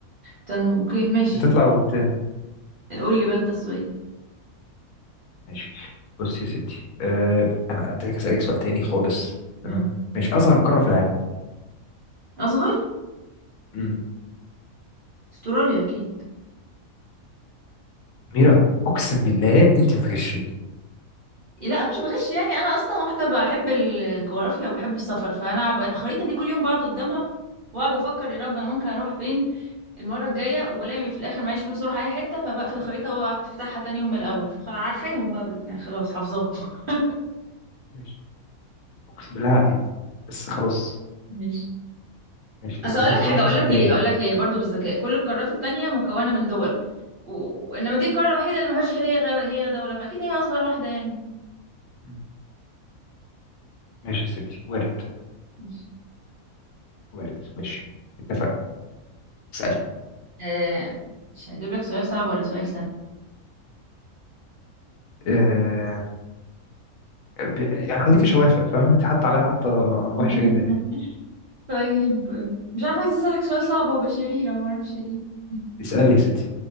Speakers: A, on the right (about 50°); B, on the left (about 75°).
A: بتنمو اوكي ماشي
B: بتطلع وبت...
A: قول لي بقى انت السؤال
B: ماشي بص يا ستي أه انا هديلك اسالك سؤال تاني خالص
A: مم.
B: تمام ماشي اصغر قاره في العالم
A: اصغر
B: امم
A: استراليا اكيد
B: ميرا اقسم بالله انت بتغشي
A: لا مش بغش يعني انا اصلا واحده بحب الجغرافيا وبحب السفر فانا بقى الخريطه دي كل يوم بقعد قدامها واقعد افكر يا رب انا ممكن اروح فين المره الجايه وبلاقي في الاخر معيش فلوس اروح اي حته فبقفل الخريطه واقعد افتحها تاني يوم من الاول فعارفاهم بقى بال- يعني خلاص حافظاهم <laughs>
B: ماشي اقسم بالله عادي بس خلاص
A: ماشي
B: ماشي
A: اصل
B: اللي
A: اقول
B: بيحصل
A: لك حاجه
B: ده مش
A: اقول
B: هيحصل
A: لك
B: تاني
A: ليه
B: يعني
A: اقول لك ليه برضو بالذكاء كل القارات التانية مكونه من دول و- وانما دي القاره الوحيده اللي ما فيهاش هي غير هي دوله فاكيد هي اصغر واحده يعني
B: مم. ماشي يا ستي وارد
A: ماشي.
B: وارد ماشي اتفقنا اسالي
A: آه، مش هجيب لك سؤال صعب ولا سؤال سهل
B: أه ب... يعني خليكي شوافه فاهمه انت حاطه عليها حاطه
A: <laughs>
B: وحشه جدا يعني
A: طيب مش عارفة عايزة أسألك سؤال صعب هو بشريرة معرفش ليه
B: اسالي يا ستي